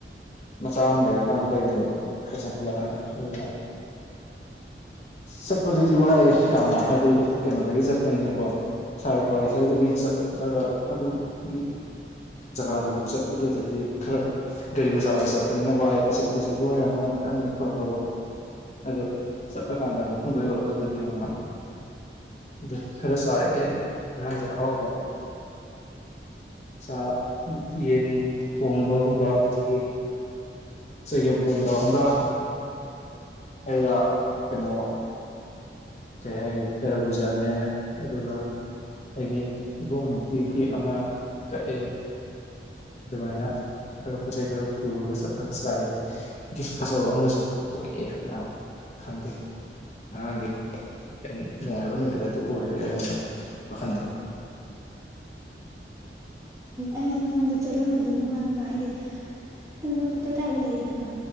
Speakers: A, on the left (about 40°); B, on the right (about 15°).
A: ꯃꯆꯥ ꯑꯃ ꯂꯩꯔꯀꯥꯟꯗ ꯂꯩꯕꯅꯦꯕ ꯈꯔ ꯆꯪꯁꯤꯜꯂꯀꯥꯟꯗ ꯑꯗꯨꯅ ꯆꯠꯄꯗꯨꯗꯤ ꯋꯥꯏꯑꯦ ꯌꯥꯝꯅ ꯍꯥꯏꯗꯤ ꯀꯩꯅꯣꯗꯒꯤ ꯆꯠꯄꯅꯤꯅꯀꯣ ꯁꯥꯔ ꯀ꯭ꯋꯥꯀꯩꯊꯦꯜꯗꯒꯤ ꯆꯠꯂꯒ ꯑꯗꯨꯒꯤ ꯖꯒꯥꯗꯨꯐꯥꯎ ꯆꯠꯄꯗꯨꯗꯗꯤ ꯈꯔ ꯒꯥꯔꯤ ꯃꯆꯥꯗ ꯆꯠꯄꯅꯤꯅ ꯋꯥꯏ ꯑꯆꯧꯕꯗ ꯆꯠꯄꯔꯅ ꯑꯃꯨꯛ ꯈꯤꯇꯪ ꯐꯒꯗꯧꯕ ꯑꯗꯣ ꯆꯠꯂꯀꯥꯟꯗ ꯃꯐꯝꯗꯨꯣ ꯌꯧꯔꯀꯥꯟꯗꯗꯤ ꯌꯥꯝ ꯅꯨꯡꯉꯥꯏ ꯑꯗꯨ ꯈꯔ ꯆꯥꯔꯛꯑꯦ ꯑꯗ ꯍꯕ ꯆ ꯌꯦꯟ ꯊꯣꯡꯕꯒꯨꯝꯕ ꯑꯗꯒꯤ ꯆꯒꯦꯝꯄꯣꯝꯕ ꯑꯃꯝꯒ ꯑꯌꯥ ꯀꯩꯅꯣꯣ ꯀꯩ ꯍꯥꯏꯈ꯭ꯔꯦ ꯇꯔꯕꯨꯖꯥꯅꯦ ꯑꯗꯨꯒ ꯑꯩꯒꯤ ꯏꯄꯣꯛ ꯅꯨꯃꯤꯠꯀꯤ ꯀꯦꯛ ꯑꯃ ꯀꯛꯑꯦ ꯑꯗꯨꯃꯥꯏꯅ ꯈꯔ ꯄꯣꯠꯆꯩ ꯈꯔ ꯄꯨꯔꯒ ꯆꯠꯂꯒ ꯆꯥꯏ ꯒꯤꯐ ꯐꯖꯕ ꯑꯒꯁꯨ ꯄꯣꯛꯑꯦ ꯌꯥꯝ ꯈꯪꯗꯦ ꯑꯉꯥꯡ ꯌꯥꯝ ꯅꯨꯡꯉꯥꯏꯕ ꯅꯨꯃꯤꯠ ꯑꯗꯨ ꯑꯣꯏꯈ꯭ꯔꯦ ꯑꯩꯉꯣꯟꯗ ꯋꯥꯈꯟꯗꯣ
B: ꯑꯩꯩꯅ ꯆꯠꯂꯝꯒꯗꯕ ꯃꯥꯟꯕ ꯍꯥꯏꯗꯤ ꯅꯪꯅ ꯐꯣꯇꯣ ꯊꯥꯒꯠꯂꯛꯏꯗꯅ